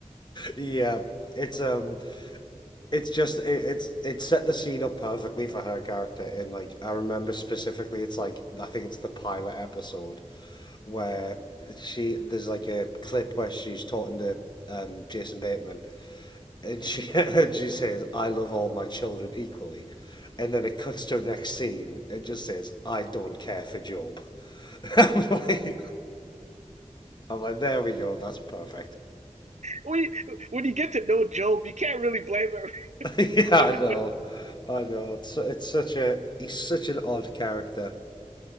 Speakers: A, on the left (about 35°); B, on the right (about 70°).
A: yeah, it's um it's just it, it's it set the scene up perfectly for her character and like i remember specifically it's like i think it's the pilot episode where she there's like a clip where she's talking to um, jason bateman and she
B: Mhm.
A: <laughs> and she says i love all my children equally and then it cuts to the next scene and just says i don't care for job <laughs> I'm, like, I'm like there we go that's perfect
B: When you, when you get to know Job, you can't really blame
A: <laughs> yeah
B: her.
A: i know
B: <laughs>
A: i know it's it's such a he's such an odd character